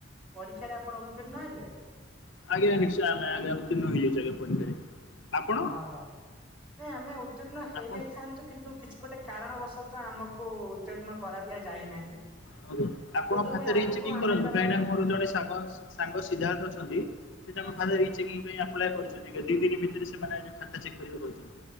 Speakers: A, in the centre; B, on the left.
A: ପରୀକ୍ଷାରେ ଆପଣ ଉତ୍ତୀର୍ଣ୍ଣ ହେଲେ?
B: ଆଜ୍ଞା ନିଶ୍ଚୟ ଆମେ ଆଜ୍ଞା ଉତ୍ତୀର୍ଣ୍ଣ ହେଇଯାଇଚୁ ଆଜ୍ଞା ପରୀକ୍ଷାରେ। ଆପଣ
A: ଅହ ହ। ନାଇଁ ଆମେ ଉତ୍ତୀର୍ଣ୍ଣ ହେଇଯାଇଥାନ୍ତୁ
B: ଆପଣ
A: କିନ୍ତୁ କିଛି ଗୋଟେ କାରଣବଶତଃ ଆମକୁ ଉତ୍ତୀର୍ଣ୍ଣ କରା ଦିଆ ଯାଇନାହିଁ।
B: ହଁ କୁ, ଆପଣଙ୍କ
A: ବୋଧ ହୁଏ
B: ଖାତା
A: ଆଗକୁ
B: ରିଚେକିଂ
A: ଆମେ
B: କରାନ୍ତୁ
A: ତାର
B: କାହିଁକିନା ମୋର ଜଣେ ସାଗ ସାଙ୍ଗ ସିଦ୍ଧାର୍ଥ ଅଛନ୍ତି ସେ ତାଙ୍କ
A: ଆଚ୍ଛା
B: ଖାତା ରିଚେକିଂ ପାଇଁ ଆପ୍ଲାଏ କରିଛନ୍ତି। ଦି ଦିନ ଭିତରେ ସେମାନେ ଖାତା ଚେକ୍ କହିଛନ୍ତି।